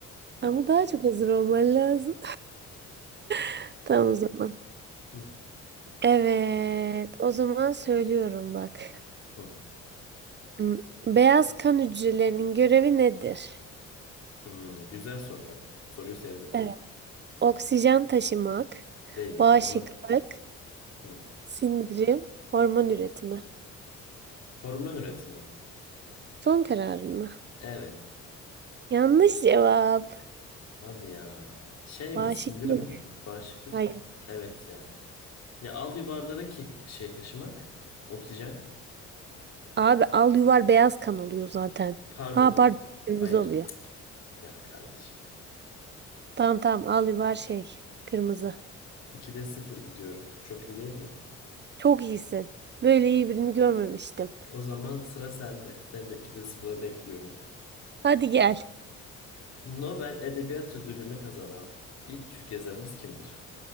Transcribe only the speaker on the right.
Ama
daha çok hazır olman lazım. <laughs> Tamam o zaman.
Evet. O zaman söylüyorum bak.
Hı, Beyaz kan hücrelerinin görevi nedir?
Ee, Oksijen taşımak,
bağışıklık,
sindirim, hormon üretimi.
Son kararın mı?
Yanlış cevap.
Bağışıklık.
Hayır.
Abi al yuvar beyaz kan oluyor zaten.
Ha pardon kırmızı
oluyor.
Tamam tamam al yuvar şey kırmızı.
Çok iyisin. Böyle iyi birini görmemiştim.
Hadi gel.